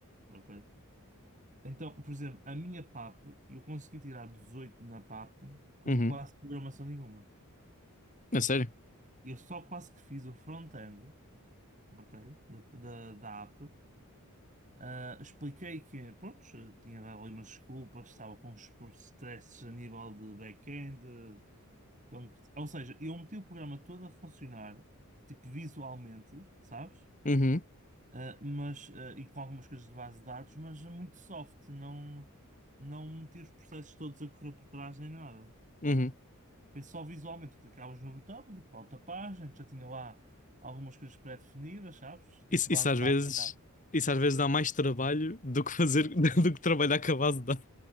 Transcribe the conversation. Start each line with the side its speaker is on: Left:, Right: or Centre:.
Right: ok? Então, por exemplo, a minha PAP, eu consegui tirar 18 na PAP com
Left: uhum.
Right: quase programação nenhuma.
Left: É sério?
Right: Eu só quase que fiz o front-end, ok? Da, da, da app. Ah, expliquei que, pronto, tinha dado ali umas desculpas, estava com uns stresses a nível de back-end. então, Ou seja, eu meti o programa todo a funcionar, tipo visualmente, sabes?
Left: Uhum,
Right: Ah, mas, ah, e com algumas coisas de base de dados, mas muito soft, não, não meti os processos todos a correr por trás nem nada.
Left: uhum.
Right: Foi só visualmente, clicavas no botão, ia para outra página, que já tinha lá algumas coisas pré-definidas, sabes? Tipo
Left: Isso,
Right: base
Left: isso às
Right: de
Left: vezes.
Right: dados já.
Left: Isso às vezes dá mais trabalho do que fazer. <laughs> do que trabalhar com a base de dados.